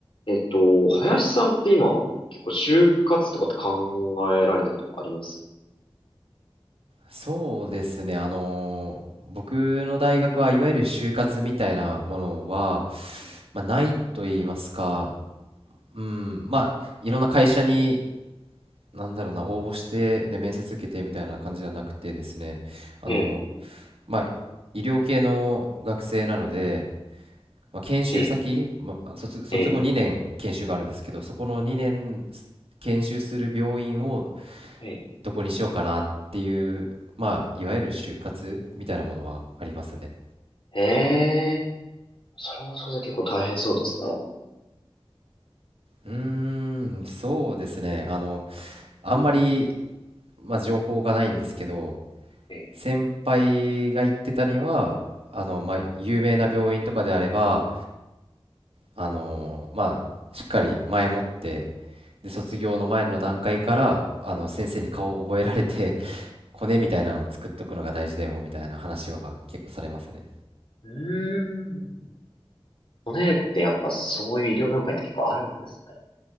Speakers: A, on the left; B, on the right.
A: えっと、林さんって今、結構就活とかって考えられたりとかあります
B: そうですね、あのー僕の大学はいわゆる就活みたいなものは、まあ、ないと言いますか、うん、まあいろんな会社になんだろうな応募してで面接受けてみたいな感じじゃなくてですね、あの
A: ええ、
B: まあ医療系の学生なので、まあ、研修先、
A: ええ、
B: まあ卒、卒後2年研修があるんですけど、
A: ええ、
B: そこの2年研修する病院を
A: ええ
B: どこにしようかなっていう、まあ、いわゆる就活みたいなものはありますね。
A: ええそれもそれで結構大変そうですな。
B: うーん、そうですね。あの、あんまり、まあ、情報がないんですけど、
A: え、ええ
B: 先輩が言ってたには、あの、まあ、有名な病院とかであれば、あの、まあ、しっかり前もって、で、卒業の前の段階から、あの、先生に顔を覚えられて、コネみたいなのを作っとくのが大事だよ、みたいな話は結構されますね。
A: うーん。骨ってやっぱそういう医療業界って結構あるんですね。